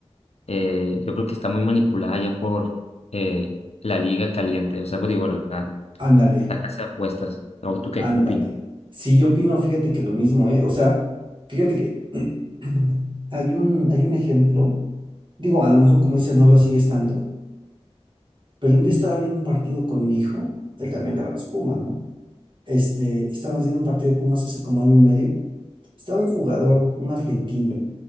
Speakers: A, on the left; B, on the right.
A: eh, yo creo que está muy manipulada ya por eh, la liga caliente, o sea, pues digo, la,
B: Ándale,
A: la casa de apuestas. ¿O tú qué
B: ándale.
A: opinas?
B: Sí, yo opino, fíjate que lo mismo, ¿eh? O sea, fíjate que <clears throat> hay un, hay un ejemplo, digo, a lo mejor como dices, no lo sigues tanto, pero un día estaba viendo un partido con mi hijo, él también le va a los Pumas, ¿no? Este, estábamos viendo un partido de Pumas hace como año y medio, estaba un jugador, un argentino,